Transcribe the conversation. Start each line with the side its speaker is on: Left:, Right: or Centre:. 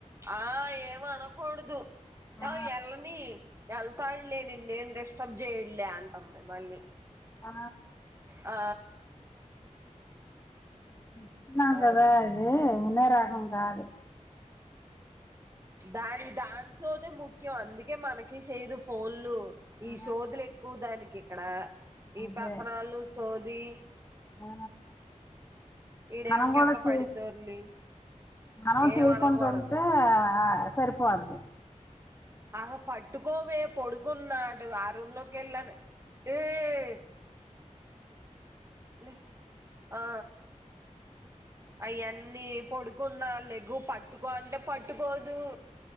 Right: ఆ ఏం అనకూడదు నవ్
Left: ఆ
Right: ఏళ్లన్నీ వెళ్తడ్లే నిన్నేం డిస్టర్బ్ చేయడ్లే అంటుంది మళ్ళీ
Left: ఆ
Right: ఆ
Left: చెప్తున్న
Right: అదే
Left: కదా ఇది అనే రకం కాదు
Right: దానికి దాన్ సోదే ముఖ్యం అందుకే మనకి చేయదు ఫోన్లు ఈ
Left: ఆ
Right: సోదులు ఎక్కువ దానికి క్కడ ఈ
Left: అదే
Right: పెత్తనాళ్లూ సోద్ ది
Left: ఆ
Right: ఈడేమో
Left: మనం
Right: కింద
Left: కూడా చే
Right: పడిద్దొర్లి
Left: మనం
Right: ఏం
Left: చేయకుంట
Right: అనకూడదు
Left: ఉంటే సరిపోద్ది
Right: ఆహా పట్టుకోవే పడుకున్నాడు ఆ రూంలోకి వెళ్ళాను ఏహే లే ఆ అయన్నీ పొడుకున్నా లేగు పట్టుకో అంటే పట్టుకోదు